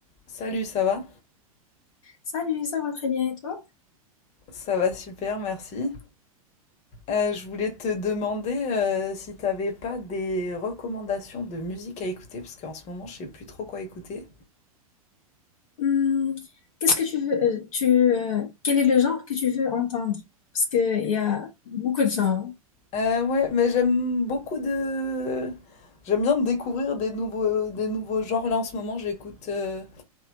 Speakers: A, on the left; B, on the left.
A: Salut, ça va?
B: Salut, ça va très bien et toi?
A: Ça va super, merci. Euh, je voulais te demander euh, si tu n'avais pas des recommandations de musique à écouter, parce qu'en ce moment, je sais plus trop quoi écouter.
B: Hum, qu'est-ce que tu veux, euh, tu, euh, quel est le genre que tu veux entendre? Parce qu'il y a beaucoup de genres.
A: Euh, ouais, mais j'aime beaucoup de... J'aime bien découvrir des nouveaux, des nouveaux genres. Là, en ce moment, j'écoute euh,